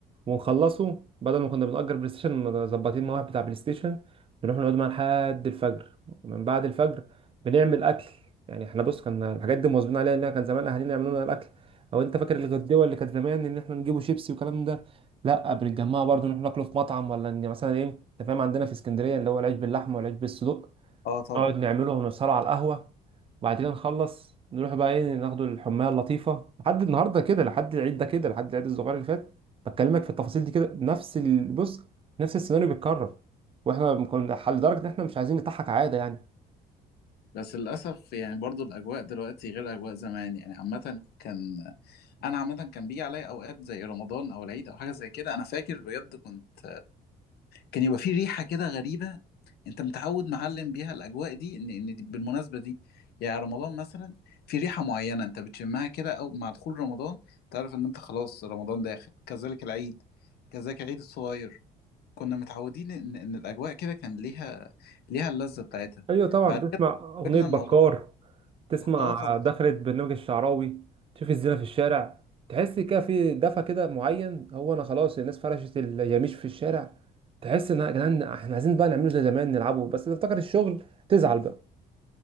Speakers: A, on the right; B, on the left.
A: ونخلصه بدل ما كنا بنأجر بلاي ستيشن مظبطين مع واحد بتاع بلاي ستيشن بنروح نقعد معاه لحد الفجر من بعد الفجر بنعمل اكل يعني احنا بص كنا الحاجات دي مواظبين عليها ان كان زمان اهالينا يعملوا لنا الاكل او انت فاكر الغدوه اللي كانت زمان ان احنا نجيبوا شيبسي والكلام ده لا بنتجمع برضه نروح ناكله في مطعم ولا ان مثلا ايه انت فاهم عندنا في اسكندريه اللي هو العيش باللحمه والعيش بالصدق
B: اه طبعا
A: نقعد نعملهم نسهروا على القهوة وبعد كده نخلص نروح بقى ايه ناخدوا الحماية اللطيفة لحد النهاردة كده لحد العيد ده كده لحد العيد الصغير اللي فات بكلمك في التفاصيل دي كده نفس ال- بص نفس السيناريو بيتكرر واحنا كنا لدرجة ان احنا مش عايزين نضحك عادة يعني
B: بس للأسف يعني برضو الأجواء دلوقتي غير أجواء زمان يعني عامة كان أنا عامة كان بيجي عليا أوقات زي رمضان أو العيد أو حاجة زي كده أنا فاكر بجد كنت كان يبقى في ريحة كده غريبة انت متعود معلم بيها الاجواء دي ان ان دي بالمناسبة دي يعني رمضان مثلا في ريحة معينة انت بتشمها كده او مع دخول رمضان تعرف ان انت خلاص رمضان داخل كذلك العيد كذلك العيد الصغير كنا متعودين ان ان الاجواء كده كان ليها ليها اللذة بتاعتها
A: ايوه طبعا
B: بعد
A: تسمع
B: كده
A: اغنية
B: قلنا
A: بكار
B: الموضوع
A: تسمع
B: اه طبعا
A: دخلة برنامج الشعراوي تشوف الزينة في الشارع تحس كده في دفى كده معين هو انا خلاص الناس فرشت اليميش في الشارع تحس ان يا جدعان احنا عايزين بقى نعمله زي زمان نلعبه بس تفتكر الشغل تزعل بقى